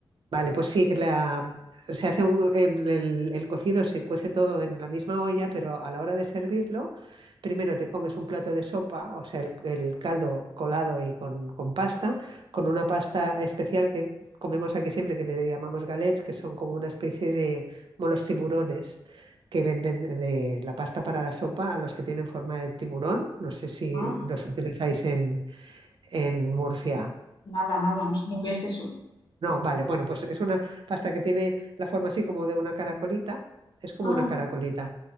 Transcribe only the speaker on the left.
Ah,
nada, nada, no sé lo que es eso.
Ah,